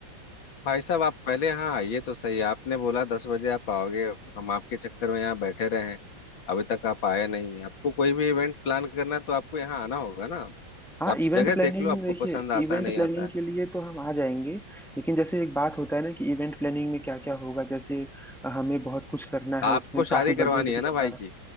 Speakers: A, on the left (about 80°); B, in the centre.
A: भाई साहब आप पहले यहाँ आइए तो सही आपने बोला दस बजे आप आओगे हम आपके चक्कर में यहाँ बैठे रहे हैं अभी तक आप आए नहीं आपको कोई भी इवेंट प्लान करना है तो आपको यहाँ आना होगा ना
B: हाँ
A: आप
B: इवेंट
A: जगह
B: प्लानिंग
A: देख लो आपको
B: देखिए
A: पसंद आता
B: इवेंट
A: है नहीं
B: प्लानिंग
A: आता है
B: के लिए तो हम आ जाएंगे लेकिन जैसे एक बात होता है ना कि इवेंट प्लानिंग में क्या क्या होगा जैसे हमें बहुत कुछ करना है
A: आपको
B: उसमें काफी
A: शादी करवानी
B: बजट
A: है
B: भी
A: ना
B: हमारा
A: भाई की